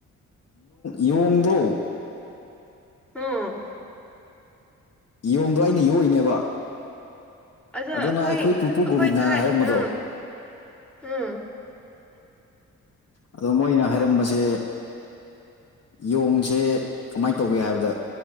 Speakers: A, on the left (about 45°); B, in the centre.
A: ꯌꯦꯣꯡꯗꯣ
B: ꯑꯝ
A: ꯌꯦꯣꯡꯗꯣ ꯑꯩꯅ ꯌꯣꯛꯏꯅꯦꯕ
B: ꯑꯗꯣ
A: ꯑꯗꯨꯅ
B: ꯑꯩꯈꯣꯏ
A: ꯄꯨꯄꯨ
B: ꯑꯩꯈꯣꯏ
A: ꯒꯣꯕꯤꯟꯗꯅ
B: ꯊꯥꯏ
A: ꯍꯥꯏꯔꯝꯕꯗꯣ
B: ꯎꯝ ꯎꯝ
A: ꯑꯗꯣ ꯃꯣꯏꯅ ꯍꯥꯏꯔꯝꯕꯁꯦ ꯌꯣꯡꯁꯦ ꯀꯃꯥꯏꯅ ꯇꯧꯒꯦ ꯍꯥꯏꯕꯗ